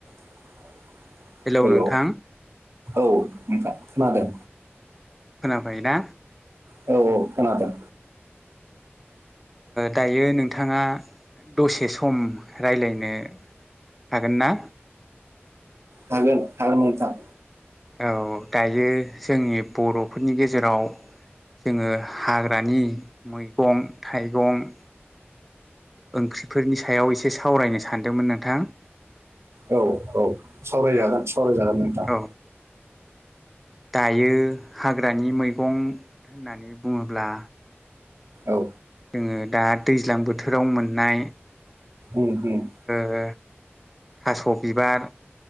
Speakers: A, on the right; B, in the centre.
A: <inaudible>
B: Hello
A: हेल'
B: नोंथां
A: औ ओफ्राय मादों।
B: मैना
A: औ खोनादों।
B: दायो नोंथाङा दसे सम रायलायनो। हागोन ना?
A: हागोन हागोन नोंथां।
B: औ दायो जोंनि बर'फोरनि गेजेराव। जोङो हाग्रानि मैगं-थाइगं ओंख्रिफोरनि सायाव एसे सावरायनो सानदोंमोन नोंथां।
A: औ औ सावरायजागोन
B: औ
A: सावरायजागोन नोंथाङां।
B: औ दायो हाग्रानि मैगं होननानै बुङोब्ला
A: औ
B: जोङो दा दैज्लां बोथोराव मोननाय।
A: उम
B: ओ थास' बिबार